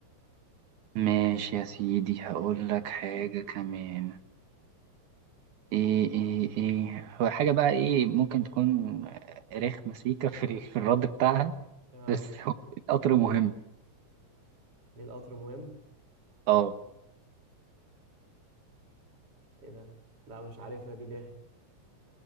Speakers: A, on the right; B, on the right.
A: ماشي يا سيدي هقول لك حاجة كمان ايه ايه ايه هو حاجة بقى ايه ممكن تكون رخمة سيكة في ال- في الرد بتاعها
B: اه
A: بس هو القطر مهم
B: ليه القطر مهم
A: اه
B: ايه ده لا مش عارفها دي ليه